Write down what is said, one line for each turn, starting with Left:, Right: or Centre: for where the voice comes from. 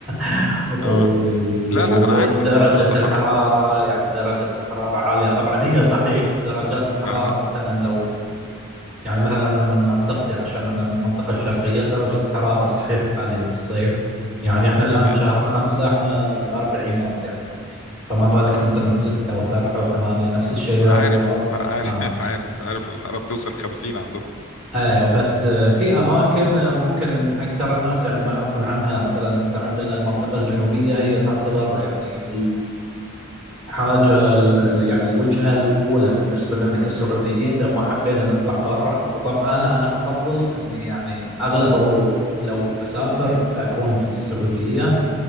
Centre: <laughs>
Left: اه
Centre: و-
Left: لا لا انا عارف
Centre: ودرجة
Left: انها مش صحراء
Centre: الحرارة يعني درجة الحرارة عالية طبعا هي صحيح درجات الحرارة
Left: اه
Centre: مثلا لو يعني مثلا انا من منطقتي عشان انا من المنطقة الشرقية درجة الحرارة صحيح عالية بالصيف يعني احنا الان
Left: تمام
Centre: شهر خمسة احنا في الاربعينات يعني فما بالك مثلا في ستة وسبعة وثمانية نفس
Left: آه،
Centre: الشيء
Left: عارف
Centre: الرياض
Left: لا عارف
Centre: آه.
Left: <laughs> عارف عارف الحرارة بتوصل 50 عندكم
Centre: ايوه بس في اماكن ممكن اكثر الناس يعني ما يعرفون عنها مثلا انت عندنا المنطقه الجنوبيه هي تعتبر يعني الحاجه ال- ال- يعني الوجهه الاولى بالنسبه لنا كسعوديين لو ما حبينا نطلع برا وطبعا انا انا افضل اني يعني اغلبه لو بسافر اكون في السعوديه